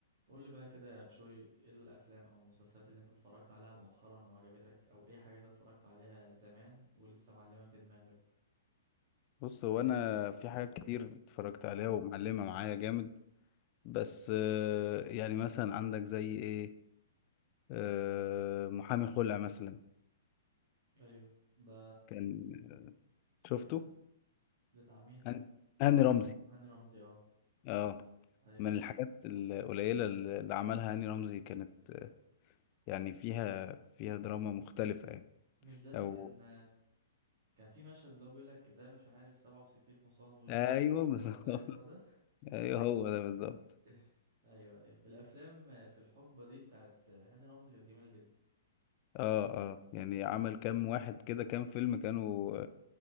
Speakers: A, on the right; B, on the left.
A: قول لي بقى كده يا بشوي ايه الافلام او المسلسلات اللي انت اتفرجت عليها مؤخرا وعجبتك او ايه حاجات اتفرجت عليها زمان ولسه معلمة في دماغك
B: بص هو انا في حاجات كتير اتفرجت عليها ومعلمه معايا جامد بس آه، يعني مثلا عندك زي ايه آه، محامي خلع مثلا
A: ايوه ده
B: كان
A: اسمه
B: شفته
A: ايه ده بتاع مين ده
B: هن- هاني
A: هاني
B: رمزي
A: هاني رمزي اه
B: اه
A: ايوه
B: من الحاجات القليله اللي عملها هاني رمزي كانت آه، يعني فيها فيها دراما مختلفه يعني
A: مش ده اللي
B: او
A: كان كان في مشهد اللي هو بيقول لك ده مش عارف 67 حصان ودي
B: ايوه
A: نص حصان
B: بالظبط
A: ايوه
B: <laughs>
A: هو ده
B: ايوه هو ده بالظبط
A: <laughs> ايوه ايوه الافلام في الحقبة دي بتاعت هاني رمزي كانت جميلة جدا
B: اه اه يعني عمل كام واحد كده كام فيلم كانوا